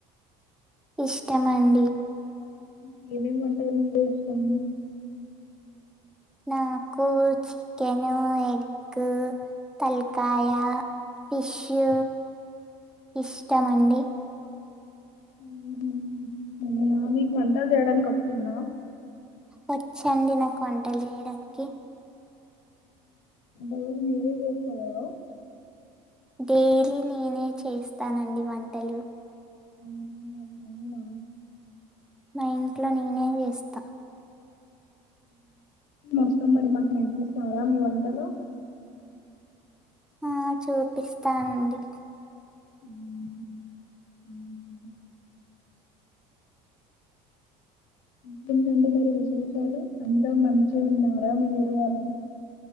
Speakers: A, in the centre; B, on the left.
A: ఇష్టమండి
B: ఇంకేమేం <inaudible> ఇస్తాము
A: నాకు చికెను ఎగ్ తలకాయ ఫిష్షు ఇష్టమండి
B: హుహు. అవునా మీకు వంటలు చేయడానికి వస్తుందా
A: వచ్చండి నాకు వంటలు చేయడానికి
B: <inaudible> మీరే చేత్తాయా
A: డైలీ నేనే చేస్తానండి వంటలు
B: హ్మ్. అవునా!
A: నా ఇంట్లో నేనే వేస్తా
B: వస్తాం మరి మాకు నేర్పిస్తారా మీ వంటలు
A: ఆ చూపిస్తానండి
B: హుహు. అవునా! అంకేంటండి మరి విశేషాలు అంతా మంచి ఉన్నారా మీరు <inaudible>